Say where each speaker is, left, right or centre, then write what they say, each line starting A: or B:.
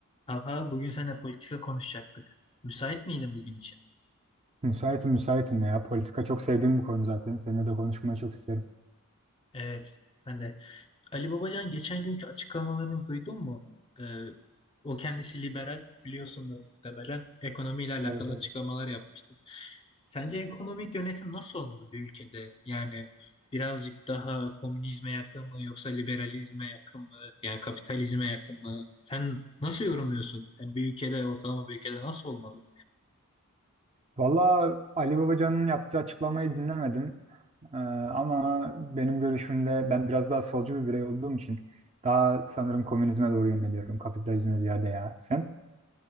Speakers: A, on the left; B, on the right.
A: Talha bugün seninle politika konuşacaktık. Müsait miydin bugün için?
B: Müsaitim müsaitim ya. Politika çok sevdiğim bir konu zaten. Seninle de konuşmayı çok isterim.
A: Evet, ben de. Ali Babacan geçen günkü açıklamalarını duydun mu? Ee, o kendisi liberal, biliyorsundur muhtemelen. Ekonomiyle alakalı
B: Evet evet.
A: açıklamalar yapmıştı. Sence ekonomik yönetim nasıl olmalı bir ülkede? Yani birazcık daha komünizme yakın mı yoksa liberalizme yakın mı? Yani kapitalizme yakın mı? Sen nasıl yorumluyorsun? Yani bir ülkede, ortalama bir ülkede nasıl olmalı?
B: Valla Ali Babacan'ın yaptığı açıklamayı dinlemedim. Ee, ama benim görüşümde ben biraz daha solcu bir birey olduğum için daha sanırım komünizme doğru yöneliyorum. Kapitalizme ziyade ya. Sen?